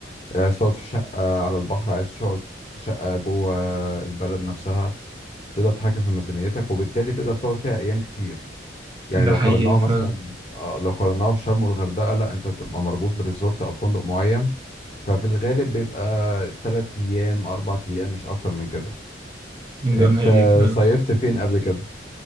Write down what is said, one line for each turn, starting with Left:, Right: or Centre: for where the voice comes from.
Left: عايز تقعد في شقه على البحر عايز تقعد في شقه جوه البلد نفسها تقدر تتحكم في ميزانيتك وبالتالي تقدر تقعد فيها ايام كتير يعني
Right: ده
Left: لو
Right: حقيقي
Left: قارناها
Right: فعلا
Left: مثلا آه، لو قارناها بشرم والغردقه لا انت بتبقى مربوط بريزورت او فندق معين ففي الغالب بيبقى تلات ايام اربع ايام مش اكتر من كده انت
Right: ده حقيقي فعلا
Left: صيفت فين قبل كده